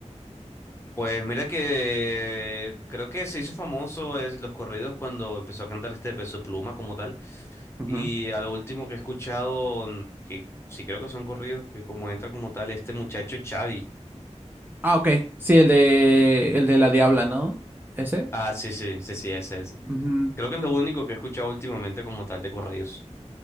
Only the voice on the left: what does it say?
Pues mira que creo que se hizo famoso es los corridos cuando empezó a cantar este Peso Pluma como tal.
Y a lo último que he escuchado, mm, que sí creo que son corridos, que como entra como tal este muchacho Xavi.
Ah, sí, sí, sí, sí, ese, ese.
Creo que es lo único que he escuchado últimamente como tal de corridos.